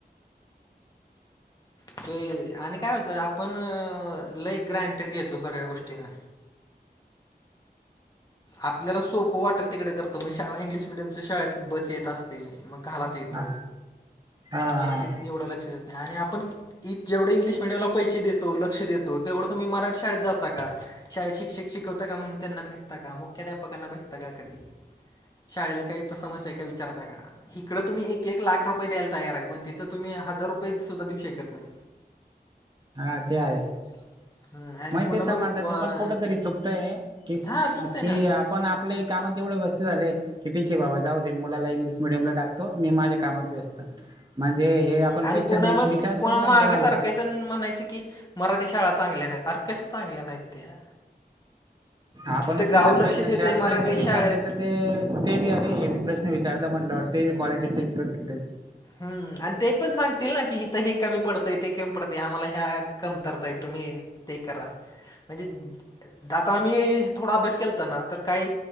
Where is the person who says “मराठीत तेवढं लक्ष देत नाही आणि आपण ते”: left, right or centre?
Left